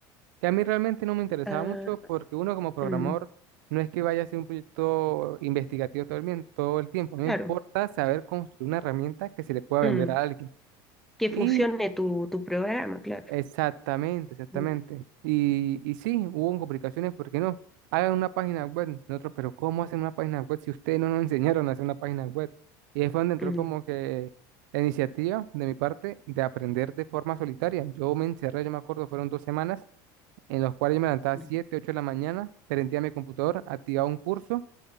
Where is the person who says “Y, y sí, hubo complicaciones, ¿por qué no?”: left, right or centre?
Right